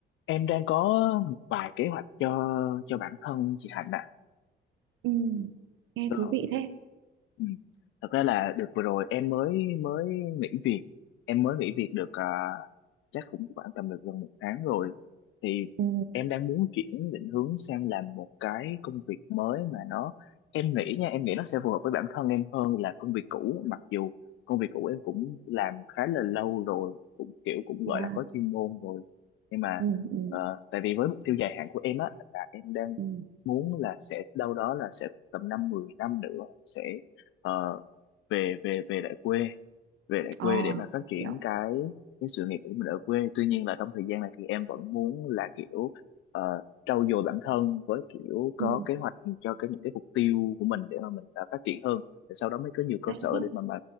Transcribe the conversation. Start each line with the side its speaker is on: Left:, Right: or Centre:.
Left: Em đang có một vài kế hoạch cho cho bản thân chị Hạnh ạ.
Right: Ừ, nghe
Left: Ừ.
Right: thú vị thế.
Left: Ừ. Thật ra là được vừa rồi em mới mới nghỉ việc em mới nghỉ việc được à, chắc cũng khoảng tầm được gần một tháng rồi thì
Right: Ừ,
Left: em đang muốn chuyển định hướng sang làm một cái công việc mới mà nó em nghĩ nha em nghĩ nó sẽ phù hợp với bản thân em hơn là công việc cũ mặc dù công việc cũ em cũng làm khá là lâu rồi cũng kiểu cũng gọi
Right: yeah.
Left: là có chuyên môn rồi nhưng mà
Right: Ừ, ừ,
Left: ờ, tại vì với mục tiêu dài hạn của em á là em đang
Right: ừ.
Left: muốn là sẽ đâu đó là sẽ tầm năm 10 năm nữa sẽ ờ, về về về lại quê về lại
Right: Ờ,
Left: quê để mà phát triển
Right: hiểu.
Left: cái cái sự nghiệp của mình ở quê tuy nhiên là trong thời gian này thì em vẫn muốn là kiểu ờ, trau dồi bản thân với kiểu có
Right: Ừ,
Left: kế hoạch cho cái những cái mục tiêu của mình để mà mình ờ, phát triển hơn để sau đó mới có nhiều cơ
Right: hay
Left: sở
Right: thế.
Left: để mà mà